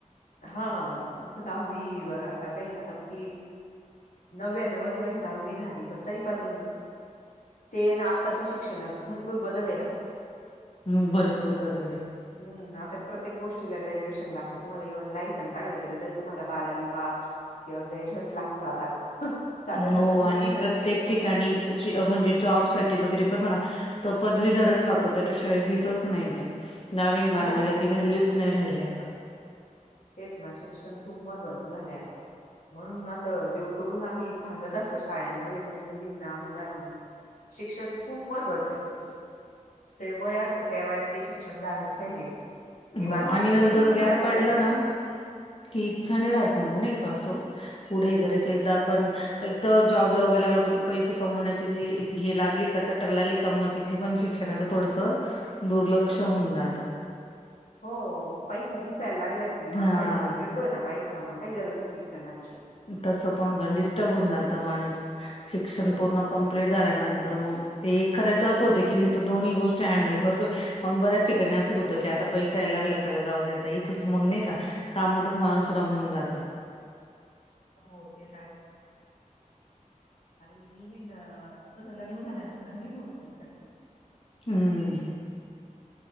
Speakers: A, on the left; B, on the left.
A: हां हां तसं दहावी वर आता काही आता फी नव्यानव वर माझी दहावी झाली पण तरी पण ते अन आत्ताचं शिक्षणात भरपूर बदल आहे ना
B: हम्म भरपूर बदल आहे.
A: हम्म आता प्रत्येक गोष्टीला ग्रॅज्युएशन लागतं तुम्हाला इकडंन लायसन काढायला गेल तरी तुम्हाला बारावी पास किंवा ग्रॅज्युएट लागतं आता साध्या साध्या
B: हो
A: गोष्टींसाठी
B: आणि प्रत्येक
A: शिक्षण
B: ठिकाणी म्हणजे जॉब साठी वगैरे पण म्हणा तर पदवीधरच लागतो त्याच्याशिवाय घेतचं नाही ते दहावी अन बारावीला
A: हो, हो.
B: बारावीला
A: घेतच
B: ती व्हॅल्यूच
A: ना.
B: नाही राहिली आता
A: तेच ना शिक्षण खूप महत्त्वाचं झालय आता म्हणून असं जीव तोडून आम्ही सांगत असत शाळांमध्ये पण मुलींना मुलांना शिक्षण खूप महत्वाच आहे ते वय असत त्या वयात ते शिक्षण झालंच पायजे ते
B: हो
A: बाकीच
B: आणि नंतर
A: कधी पण
B: गॅप
A: करता
B: पडला
A: येतं.
B: ना की इच्छा नई राहत
A: हम्म
B: मग नई का असं पुढे
A: नाही
B: करायच
A: नाही.
B: एकदा पण एकदा जॉबला वगैरे लागल का ते पैसे कमवण्याची जी हे लागली का चटक लागली का म ती तिथे पण शिक्षणाचं थोडस दुर्लक्ष होऊन जातं.
A: हो पैसा दिसायल लागला कि म
B: हा
A: असं वाटतं मिळतोय ना पैसा म काई गरज नई शिक्षणाची
B: तसं पण होतं न डिस्टर्ब होऊन जातं माणूस, शिक्षण
A: हो
B: पूर्ण कंप्लीट झाल्यानंतर मंग ते एखादयाच असं होतं की नी तो दोन्ही गोष्ट हँडल करतोय पण बऱ्याच ठिकाणी असंच होतं की आता पैसा यायला लागले चला जाऊ द्या आता इथेच मंग नई का कामातच माणूस रमून जातो.
A: हो ते त आहेच. आणि मुलींना तसं लग्न झाल्यानंतर नई होत शक्य
B: हम्म